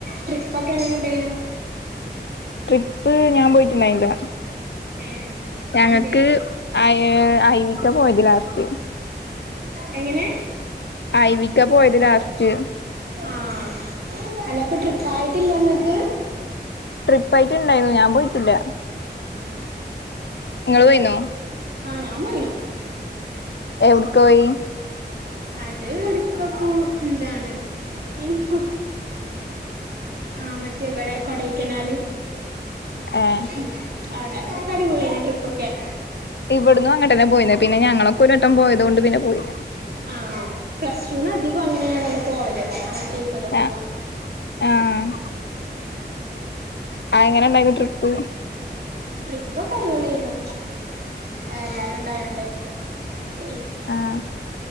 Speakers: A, on the right; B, on the left.
A: ട്രിപ്പൊക്കെ എങ്ങനെ ഇണ്ടേയിരുന്നു
B: ട്രിപ്പ് ഞാൻ പോയിട്ടുണ്ടായില്ല
A: ഏഹ്
B: ഞങ്ങക്ക്
A: അതെന്തേ
B: അയ് അയിവിക്ക പോയത് ലാസ്റ്റ്
A: എങ്ങനെ.
B: ഐവിക പോയത് ലാസ്റ്റ്.
A: ആഹ് അല്ലപ്പ ട്രിപ്പായിട്ടില്ലങ്ങക്ക്.
B: ട്രിപ്പയിട്ടുണ്ടായിന്നു ഞാൻ പോയിട്ടില്ല.
A: ആഹ്.
B: ഇങ്ങള് പോയിന്നോ.
A: ആഹ് ഞാൻ പോയിനു.
B: എവിട്ക്കോയി.
A: അത് എട്ക്കപ്പൊ എന്താണ് എട്ക്കേനിപ്പൊ. ആ മറ്റേ ഇവടെ കൊടൈക്കനാല്.
B: ഏഹ്
A: ഉം അവ്ടെ ഒക്കടിപൊള്യേനി ട്രിപ്പക്കെ.
B: ഇവട്ന്നു അങ്ങട്ടെന്നെ പോയിനെ പിന്നെ ഞങ്ങളൊക്കെ ഒരട്ടം പോയത് കൊണ്ട് പിന്നെ പോയില.
A: ആഹ് പ്ലസ് ടൂന്ന് അധികം അങ്ങനെയാണല്ലോ പോവല് അങ്ങട്ടേക്കൊല്ലൊ പോവാ.
B: ആഹ് ആഹ്
A: ഉം.
B: ആഹ് എങ്ങനെണ്ടായിന്നു ട്രിപ്പ്.
A: ട്രിപ്പൊക്കടിപൊള്യേനു ഏഹ് എല്ലാരും ഇണ്ടായോണ്ട് അങ്ങനെ പോയി.
B: ആഹ്